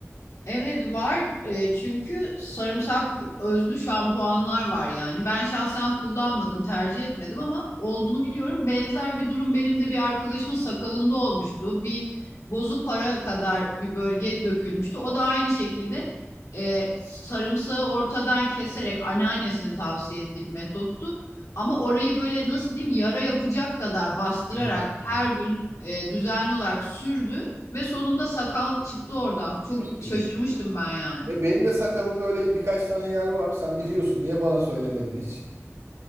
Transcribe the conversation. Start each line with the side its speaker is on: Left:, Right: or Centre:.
Left: Evet var E, çünkü sarımsak özlü şampuanlar var yani. Ben şahsen kullanmadım, tercih etmedim ama olduğunu biliyorum. Benzer bir durum benim de bir arkadaşımın sakalında olmuştu. Bir bozuk para kadar bir bölge dökülmüştü. O da aynı şekilde e, sarımsağı ortadan keserek anneannesinin tavsiye ettiği bir metottu. Ama orayı böyle nasıl diyeyim yara yapacak kadar bastırarak
Right: Evet.
Left: her
Right: evet.
Left: gün e, düzenli olarak sürdü. Ve sonunda sakal çıktı oradan. Çok
Right: Değil misin?
Left: şaşırmıştım ben yani.
Right: E, benim de sakalımda öyle birkaç tane yer var. Sen biliyorsun. Niye bana söylemedin hiç?